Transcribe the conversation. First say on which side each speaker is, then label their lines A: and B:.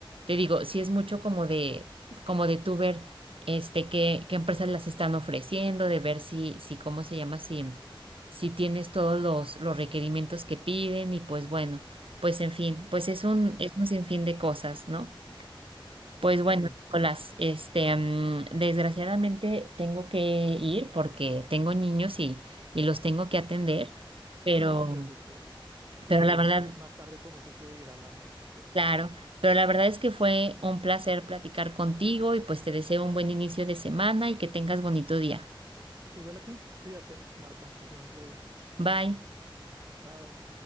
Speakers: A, on the right; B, on the right.
A: te digo, sí es mucho como de, como de tú ver este, qué, qué empresas las están ofreciendo, de ver si, si, ¿cómo se llama? Si, si tienes todos los, los requerimientos que piden, y pues bueno, pues en fin, pues es un,
B: Claro.
A: es un sinfín de cosas, ¿no? Pues bueno,
B: Sí,
A: Nicolás, este, mm, desgraciadamente tengo que ir porque tengo niños y, y los tengo que atender, pero,
B: no te preocupes. Si
A: pero
B: quieres,
A: la verdad,
B: más tarde podemos seguir hablando, si quieres.
A: claro, pero la verdad es que fue un placer platicar contigo y pues te deseo un buen inicio de semana y que tengas bonito día.
B: Igual a ti, cuídate, Marta. Nos vemos luego.
A: Bye.
B: Chao.